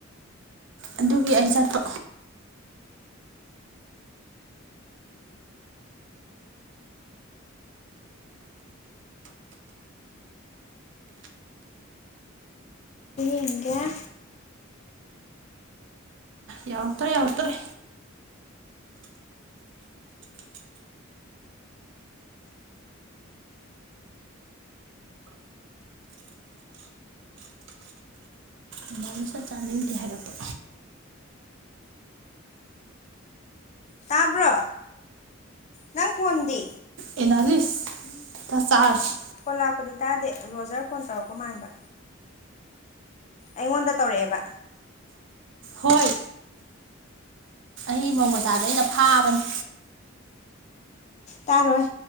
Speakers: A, on the right; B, on the left.
A: ꯑꯗꯨꯒꯤ ꯑꯩ ꯆꯠꯄ
B: ꯌꯦꯡꯒ‌ꯦ
A: ꯌꯥꯎꯇ‌ꯣꯔ‌ꯦ ꯌꯥꯎꯔꯛꯇ‌ꯣꯔꯦ ꯑꯦꯅꯥꯂꯤꯁꯇ ꯆꯥꯅꯤꯡꯗꯦ ꯍꯥꯏꯔꯛꯄ
B: ꯇꯥꯕ꯭ꯔꯣ ꯅꯪ ꯐꯣꯟꯗꯤ
A: ꯑꯦꯅꯥꯂꯤꯁ ꯆꯥꯔꯥꯁꯤ
B: ꯍꯣꯟ ꯂꯥꯛꯄꯗꯤ ꯇꯥꯗꯦ ꯔꯣꯖꯔ ꯐꯣꯟ ꯇꯧꯔꯛꯄ ꯃꯥꯟꯕ ꯑꯩꯉꯣꯟꯗ ꯇꯧꯔꯛꯑꯦꯕ
A: ꯍꯣꯏ ꯑꯩꯒꯤ ꯃꯧ ꯃꯆꯥꯗꯣ ꯑꯩꯅ ꯐꯥꯕꯅꯦ
B: ꯇꯥꯔꯣꯏ